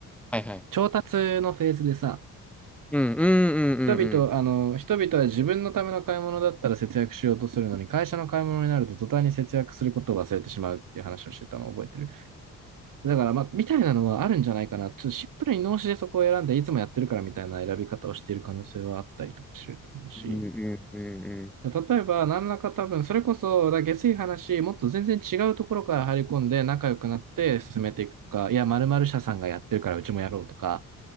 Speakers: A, in the centre; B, on the right.
A: はいはい。
B: 調達のフェーズでさ、
A: うんうんうんうんうん。
B: 人々、あの、人々は自分のための買い物だったら節約しようとするのに、会社の買い物になると途端に節約することを忘れてしまうっていう話をしてたのを覚えてる。だから、まあ、みたいなのはあるんじゃないかな。ちょっとシンプルに脳死でそこを選んで、いつもやってるからみたいな選び方をしている可能性はあったりとかすると思うし。
A: うんうんうん
B: 例えば、何らか多分、それこそ、だ下水話、もっと全然違うところから入り込んで、仲良くなって進めていくか、いや、〇〇社さんがやってるからうちもやろうとか、